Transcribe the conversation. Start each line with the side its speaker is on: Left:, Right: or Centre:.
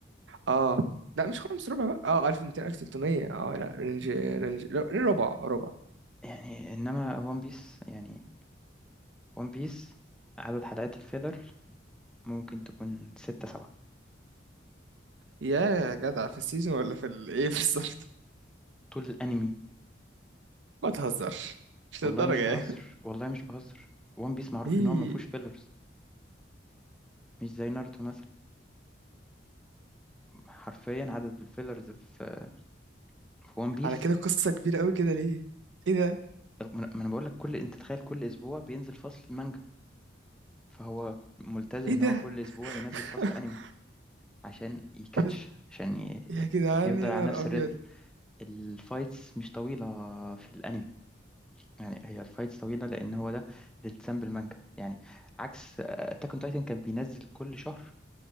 Right: اه لا مش خمس ربع بقى اه 1200 1300 اه لا رينج رينج لا، ربع ربع
Centre: يعني انما ون بيس يعني ون بيس عدد حلقات الفيلر ممكن تكون ستة سبعة
Right: يا جدع في السيزون ولا في ال- ايه بالظبط
Centre: طول الانمي
Right: <laughs> ما تهزرش مش
Centre: والله
Right: للدرجة
Centre: مش
Right: يعني
Centre: بهزر والله مش بهزر ون بيس معروف
Right: <laughs> ليه
Centre: ان هو ما فيهوش فيلرز مش زي ناruتو مثلا حرفيا عدد الفيلرز في في ون بيس
Right: على كده قصة كبيرة قوي كده ليه ايه ده
Centre: ما انا بقول لك كل انت تخيل كل اسبوع بينزل فصل مانجا فهو ملتزم
Right: ايه
Centre: ان
Right: ده
Centre: هو كل اسبوع
Right: <laughs>
Centre: ينزل فصل انمي عشان يكاتش
Right: بس-
Centre: عشان ي...
Right: يا جدعان
Centre: يفضل
Right: يا
Centre: على
Right: نهار
Centre: نفس
Right: ابيض
Centre: الريتم الفايتس مش طويلة في الانمي يعني هي الفايتس طويلة لان هو ده الالتزام بالمانجا يعني عكس اتاك اون تايتن كان بينزل كل شهر